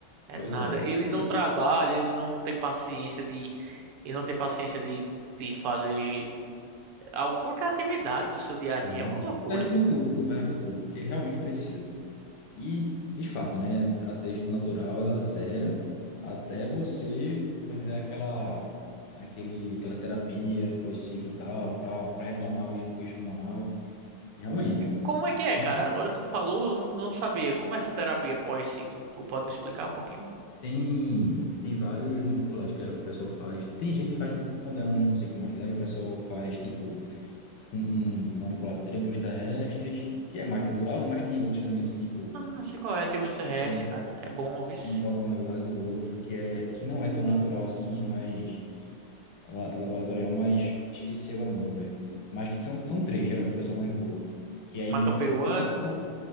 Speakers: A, on the right; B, on the left.
A: É
B: Pois
A: nada.
B: é.
A: Ele
B: E
A: não
B: aí?
A: trabalha, ele não tem paciência de, ele não tem paciência de, de fazer alguma qualquer atividade do seu dia a dia.
B: Aham.
A: É uma loucura.
B: Ferra com tudo, pô, ferra com tudo, porque realmente precisa. E, de fato, né, a texto natural ela zera até você fazer aquela, aquele, aquela terapia pós-ciclo e tal, para retomar o, o eixo hormonal. Realmente.
A: Como é que é,
B: E
A: cara? Agora tu falou, eu não sabia. Como é essa terapia pós-ciclo? Tu pode me explicar um pouquinho?
B: Tem, tem vários manipulados que o pessoal faz. Tem gente que faz, quando é um, um ciclo mais leve, o pessoal faz, tipo, com um manipulado de trêbulos terrestres, que é mais natural, né? Mas tem outros também que, tipo,
A: Ah, sei qual é, tribulus terrestre,
B: eu não
A: cara. É bom, vice.
B: vou lembrar o nome agora do outro, que é que não é tão natural assim, é mais la- laboratorial, mas esqueci agora o nome, velho. Mas que são, são três, geralmente o pessoal manipula. Que aí
A: Maca
B: meio
A: peruana.
B: que força